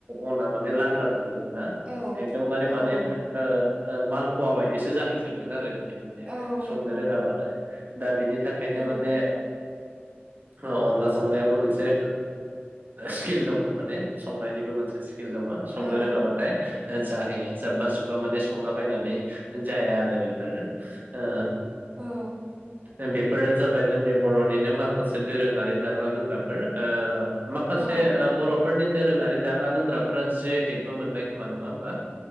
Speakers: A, on the right; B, on the right.
A: अना माने लाद्रा जानमोना
B: औ
A: एकदमबारे
B: औ
A: माने ओ
B: औ
A: माल फवा बायदिसो जाहैजोबगोन आरो बियो माने
B: औ
A: संनो
B: नंगौ
A: रोङाबाथाय दा बिनि थाखायनो
B: औ
A: माने ओ अनला संनायाबो मोनसे स्किल दङ' माने संनायनिबो मोनसे स्किल दङ' संनो
B: औ
A: रोङाबाथाय जाहैया जाब्बा जुब्बा माने संला बायनानै जाया आरो बेफोरो ओ
B: औ
A: <inaudible> बेफोरो जाबाय जोंनि बर'निनो माखासे दोरोङारि जाग्रा लोंग्राफोर ओ माखासे
B: औ
A: बर'फोरनि दोरोङारि जाग्रा लोंग्रा फोरा जि आइ टेकबो मोनबाय खोमा नङा होमबा?